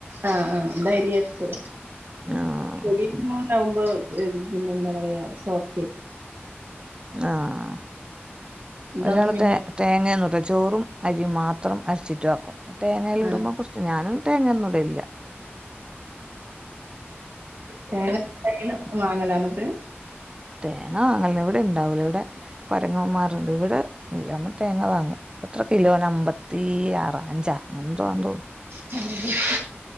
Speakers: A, on the right; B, on the right.
A: ആഹ് ആഹ് ന്തര്യാട്ട്
B: ആഹ്
A: പൊടിപോലാവുമ്പോ പിന്നെന്താ പറയാസോഫ്റ്റ്ക്ക
B: ആഹ്ഒരാള്തേ
A: ഇതാവുമ്പോ പിന്നെ
B: തേങ്ങന്ന്ട് ചോറുംഅരിയും മാത്രം അരച്ചിട്ടുവാക്കും തേങ്ങേല്ല്ടുമ്പോകൊർച്
A: ആഹ്
B: ഞാനും തേങ്ങൊന്നുംഇടലില്ല്യ.
A: തേങ്ങന്തെങ്കിലുംവാങ്ങലന്നത്
B: തേങ്ങാഅല്ലവ്ടെണ്ടാവൂല ഇവിടെ കൊരങ്ങന്മാരണ്ട്ഇവിടെഇല്ല്യാ നമ്മള്തേങ്ങവാങ്ങും ഇപ്പ എത്രകിലോനഅമ്പത്തിആറ അഞ്ചാഅങ്ങനെന്തോആന്ന്തോന്നു
A: ആ